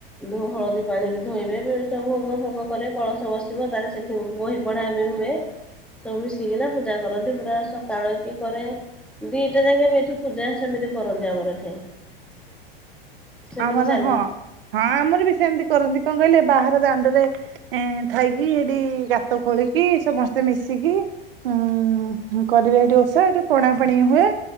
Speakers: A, in the centre; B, on the right.
A: ଧୋ ହଳଦୀ ପାଣିରେ ଧୋଇବେ ଭୋଗ ଫୋଗ କରେ କଳସ ବସିବ ତାର ସେଠି ବହି ପଢା ବି ହୁଏ। ସବୁ ମିଶିକିନା ପୂଜା କରନ୍ତି ପୁରା ସକାଳ କିଏ କରେ। ଦିଟା ଯାଙ୍କେ ଏଠି ପୂଜା ସେମିତି କରନ୍ତି ଆମର ଏଠି।
B: <unintelligible>
A: ସେମିତି
B: ଆମର
A: ଚାଲେ
B: ହଁ, ହଁ ଆମର ବି ସେମିତି କରନ୍ତି କଣ କହିଲେ ବାହାର ଦାଣ୍ଡରେ ଏ ନେ ଥାଇକି ସେଠି ଗାତ ଖୋଳିକି ସମସ୍ତେ ମିଶିକି ହୁଁ, କରିବେ ଏଠି ଓଷା ଏଠି ପଣା ପଣି ହୁଏ।